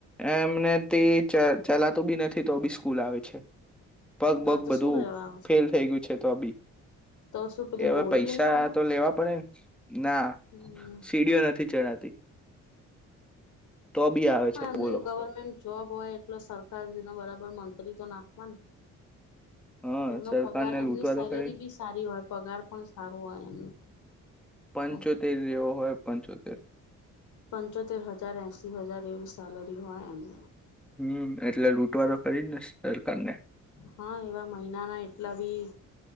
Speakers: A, in the centre; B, on the left.
A: એમને તે ચા ચલાતું બી નથી તો બી સ્કૂલ આવે છે. પગ
B: ના
A: પગ
B: તો
A: બધું
B: શું લેવા આવશે
A: ફેલ થઈ ગયું છે તો બી
B: તો શું પેલી
A: એ હવે
B: ઘોડી
A: પૈસા
B: લઈને આવે
A: તો લેવા પડે ના
B: હમ
A: સીડીઓ નથી ચણાતી તો બી આવે છે.
B: મને
A: બોલો
B: ગવર્મેન્ટ જોબ હોય એટલે સરકાર ના બરાબર મંત્રી જો નાખવા
A: હા
B: એમનો
A: સરકારને
B: પગાર એમની
A: લૂંટવા
B: સેલરી
A: તો ખરી
B: બી સારી હોય પગાર પણ સારો હોય એમનું
A: પંચોતેર
B: ના.
A: જેવો હોય પંચોતેર
B: પંચોતેર હજાર એસી હજાર એવી સેલરી હોય એમને.
A: હમ્મ એટલે લૂટવા તો કરી જ ને સરકાર ને.
B: હા એવા મહિનાના એટલા બી